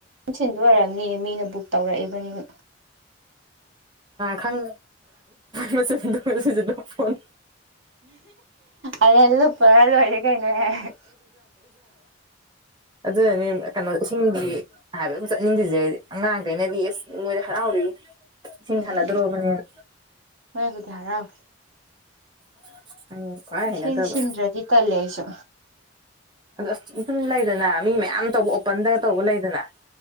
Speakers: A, on the right; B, on the right.
A: ꯁꯤꯟꯗ ꯑꯣꯏꯔꯝꯅꯤ ꯃꯤꯅ ꯕꯨꯛ ꯇꯧꯔꯛꯑꯦꯕ ꯃꯅꯤ
B: ꯈꯪ ꯃꯁ ꯃ ꯐꯣꯟ
A: ꯑꯅ ꯄꯨꯔ ꯂ ꯑꯣꯏꯏꯔꯦ ꯀꯩꯅꯅꯦ
B: ꯑꯗꯨꯗꯅꯤ ꯀꯩꯅꯣ ꯁꯤꯗꯤ ꯍꯥꯏꯕꯃ ꯆꯠꯅꯤꯡꯗ꯭ꯔꯤꯁꯦ ꯑꯉꯥꯡꯒꯩꯅꯗꯤ ꯑꯦꯁ ꯃꯣꯏꯗꯤ ꯍꯔꯥꯎꯔꯤ ꯏꯁꯤꯡ
A: ꯎꯝ
B: ꯁꯥꯟꯅꯗꯣꯔꯕꯅꯦꯅ
A: ꯎꯝ ꯃꯣꯏꯕꯨꯗꯤ ꯍꯔꯥꯎꯏ
B: <unintelligible> ꯈ꯭ꯋꯥꯏ
A: ꯢꯁꯤꯡ
B: ꯍꯩꯅꯗꯕ
A: ꯁꯤꯟꯗ꯭ꯔꯗꯤ ꯇꯜꯂꯦ ꯑꯩꯁꯨ
B: ꯑꯗꯣ ꯑꯁ ꯑꯗꯨꯨꯝ ꯂꯩꯗꯅ ꯃꯤ ꯃꯌꯥꯝ ꯇꯧꯕ ꯑꯣꯄꯟꯗꯒ ꯇꯧꯕ ꯂꯩꯗꯅ